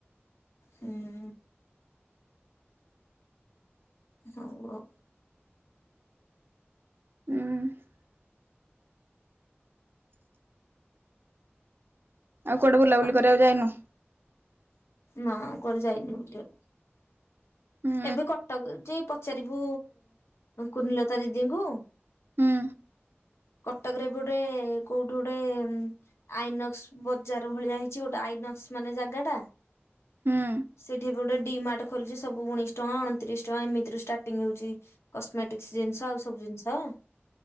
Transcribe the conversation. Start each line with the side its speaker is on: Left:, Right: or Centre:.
Left: ହୁଁ। ହଉ ଆଉ।
Right: ଉଁ, ଆଉ କୁଆଡେ ବୁଲାବୁଲି
Left: ଆଉ।
Right: କରିବାକୁ ଯାଇନ?
Left: ନା କୁଆଡେ ଯାଇନି ବୁଲିଆକୁ।
Right: ହୁଁ
Left: ଏବେ କଟକ ଯାଇ ପଚାରିବୁ କୁନିଲତା ଦିଦିଙ୍କୁ।
Right: ହୁଁ।
Left: କଟକରେ ଏବେ ଗୋଟେ କୋଉଠି ଗୋଟେ ଉଁ, ଆଇନକ୍ସ ବଜାର ଭଳିଆ ହେଇଛି ଗୋଟେ ଆଇନକ୍ସ ମାନେ ଜାଗା ଟା।
Right: ହୁଁ
Left: ସେଠି ବି ଗୋଟେ ଡି ମାର୍ଟ ଖୋଲିଛି ସବୁୁ ଉଣେଶି ଟଙ୍କା ଅଣତିରିଶ ଟଙ୍କା ଏମିତି ରେ ଷ୍ଟାର୍ଟିଂ ହଉଛି କସ୍ମେଟିକସ୍ ଜିନିଷ ଆଉ ସବୁ ଜିନିଷ।